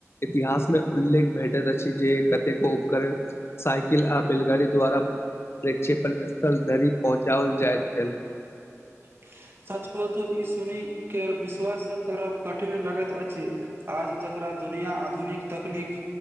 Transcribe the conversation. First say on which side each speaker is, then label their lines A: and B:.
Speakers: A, on the left (about 50°); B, on the right (about 45°).
A: इतिहास में उल्लेख भेटैत अछि जे कतेको उपकरण साइकिल आ बैलगाड़ी द्वारा। प्रक्षेपण स्थल धरी पहुँचावल जाय छै।
B: <unintelligible> सच कहू तो, ई सुनि कर विश्वास करब कठिन लगैत अछि आज जकरा। दुनिया आधुनिक तकनीक